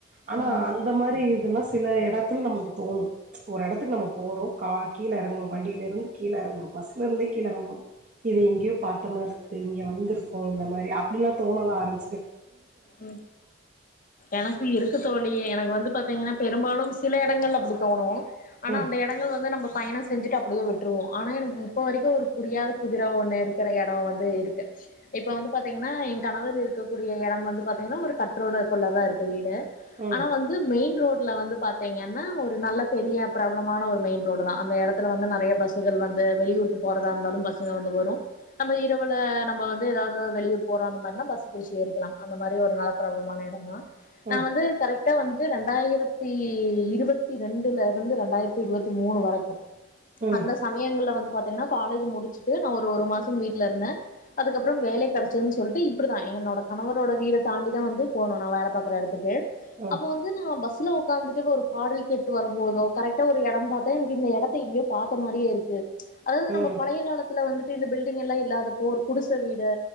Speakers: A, on the right; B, on the left.
A: ஆனா
B: ம்
A: அந்த மாரி இதுல்லா ஸ் சில எத் த்துல நமக்கு தோணும் ஒரு எடத்துக்கு நம்ம போறோ கா கீழ இறங்ரோம் வண்டியலருந்து கீழே ஒரு பஸ்ல இருந்தே கீழே இறங்ரோம் இது எங்கேயோ பாத்த மாரி இருக்கு இங்க வந்திருக்கும் இந்த மாரி அப்பில்ல தோணலாம் ஆரம்பிச்சு
B: ம் எனக்கு இருக்கு தோழி எனக்கு வந்து பாத்தீங்கன்னா பெரும்பாலும் சில எடங்கள்லா அப்டி தோணும் ஆனா
A: ம்
B: அந்த எடங்கள் வந்து நம்ப பயண செஞ்சுட்டு அப்டியே விட்டுருவோம் ஆனா எனக்கு இப்ப வரைக்கும் ஒரு புரியாத புதிர ஒண்ணு இருக்கற எடம் வந்து இருக்கு இப்ப வந்து பாத்தீங்கன்னா என் கணவர் இருக்கக்கூடிய எடம் வந்து பாத்தீங்கன்னா ஒரு கற்றோட கொள்ளதா இருக் வீடு
A: ம்
B: ஆனா வந்து மெயின் கு ரோட்ல வந்து பாத்தீங்கன்னா ஒரு நல்ல பெரிய பிரபலமான ஒரு மெயின் ரோடு தா அந்த எடத்துல வந்து நறைய பஸ் கள் வந்து வெளியூருக்கு போறதாந்தாலும் பஸ்ங்க வந்து வரும் நம்ப இரவுல நம்ப வந்து ஏதாவது வெளியூர் போறோ அந்த மாரினா பஸ் பிடிச்சு ஏறிக்கலாம் அந்த மாரி ஒரு நல்ல பிரபலமான எடந்தா நா
A: ம்
B: வந்து கரெக் ட்டா வந்து ரெண்டாயிரத்தி இருபத்தி ரெண்டுல இருந்து ரெண்டாயிரத்தி இருபத்தி மூணு வரைக்கு
A: ம்
B: அந்த சமயங்களல வந்து பாத்தீங்கன்னா காலேஜ் முடிச்சிட்டு நா ஒரு ஒரு மாசம் வீட்டல இருந்தே அதுக்கப்புறம் வேலை கிடைச்சது சொல்லிட்டு இப்படிதா என்னோட கணவர் ரோட வீட தாண்டிதா வந்து போணு நா வேல பாக்கற இடத்துக்கு
A: ம்
B: அப்போ வந்து நா பஸ் சில உட்காந்துட்டு ஒரு பாடல் கேட்டு வருபோதோ கரெக்டாக ஒரு இடம் பாத்தா எனக்கு இந்த இடத்த இங்யோ பாத்த மாரியே இருக்கு அதாது நம்ம
A: ம்
B: பழைய காலத் த்துல வந்துட்டு இந்த பில்டிங்ல்லா இல்லாதப்ப ஒரு குடிசவீடு